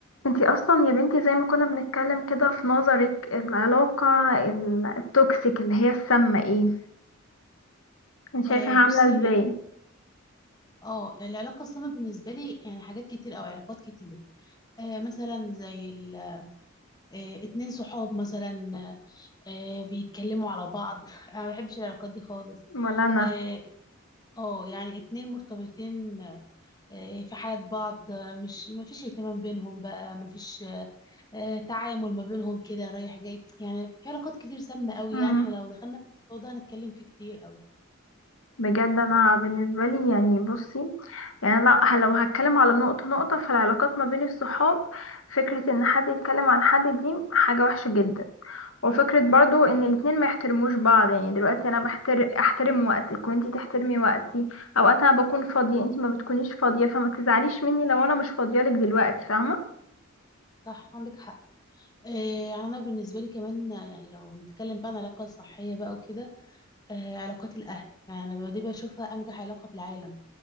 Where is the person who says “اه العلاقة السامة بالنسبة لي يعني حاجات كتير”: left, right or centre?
Left